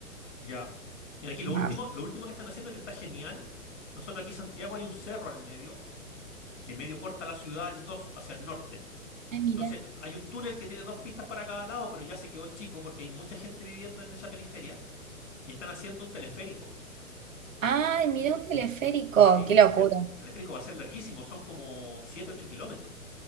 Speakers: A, on the left; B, on the right.
A: Ya. Y aquí lo
B: más.
A: último, lo último que están haciendo que está genial. Nosotros aquí en Santiago hay un cerro al medio que medio corta la ciudad en dos hacia el norte.
B: Ay, mira.
A: Entonces hay un túnel que tiene dos pistas para cada lado, pero ya se quedó chico porque hay mucha gente viviendo en esa periferia y están haciendo un teleférico.
B: Ay, mira un teleférico,
A: Sí,
B: qué locura.
A: un tel- teleférico va a ser larguísimo, son como 7, 8 kilómetros.